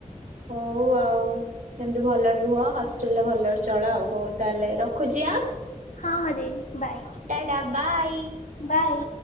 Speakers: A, on the right; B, on the left.
A: ହଉ ଆଉ ଏମିତି ଭଲରେ ରୁହ ହ ଚଲ୍ ରେ ଭଲରେ ଚଳ ଆଉ। ହଉ ତାହେଲେ ରଖୁଛି ଆଁ।
B: ହଁ ହଁ ଦିଦି bye
A: ta ta bye.
B: Bye.